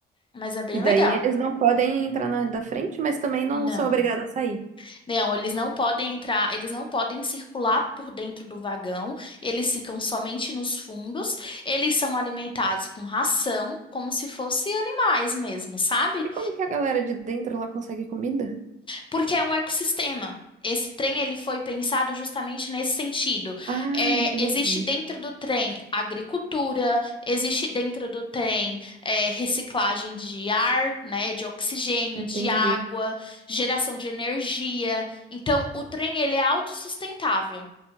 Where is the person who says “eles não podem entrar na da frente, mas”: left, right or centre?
Right